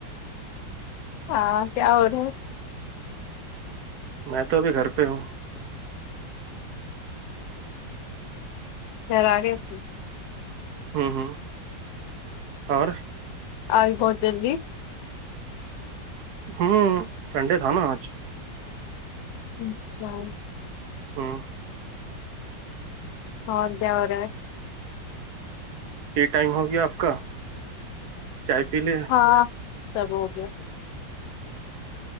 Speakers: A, on the left; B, on the right.
A: ہاں کیا ہورہا
B: میں تو ابھی گھر پہ ہوں
A: <unintelligible>
B: ہوں ہوں اور
A: آئی بہت جلدی
B: ہوں سنڈے تھا نا آج
A: اچھا
B: ہاں
A: اور کیا ہو رہا ہے
B: فری ٹائم ہو گیا آپ کا چائے پی لے
A: ہاں سب ہو گیا